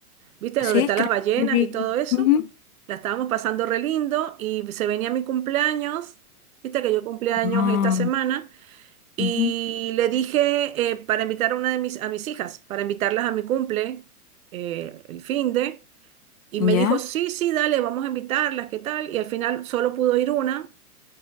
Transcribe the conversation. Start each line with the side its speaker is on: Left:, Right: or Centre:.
Right: ¿viste?
Left: Sí,
Right: Donde están
Left: creo
Right: las ballenas
Left: que vi-
Right: y todo eso.
Left: Ujú.
Right: La estábamos pasando re lindo y se venía mi cumpleaños, ¿viste? Que yo cumpleaños
Left: No.
Right: esta semana. Y
Left: Ujú.
Right: le dije eh, para invitar a una de mis, a mis hijas, para invitarlas a mi cumple, eh, el fin de. Y me
Left: Ya,
Right: dijo, sí, sí, dale, vamos a invitarlas, ¿qué tal? Y al final solo pudo ir una